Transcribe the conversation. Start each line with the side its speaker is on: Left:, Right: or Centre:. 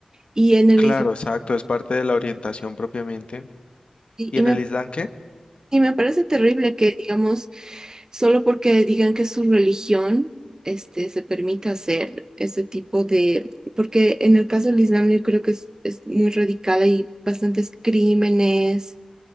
Right: Y en el
Left: Claro,
Right: Islam,
Left: exacto, es parte de la orientación propiamente.
Right: y,
Left: ¿Y
Right: y
Left: en
Right: me,
Left: el Islam qué?
Right: y me parece terrible que, digamos, solo porque digan que es su religión, este, se permita hacer ese tipo de, porque en el caso del Islam yo creo que es, es muy radical, hay bastantes crímenes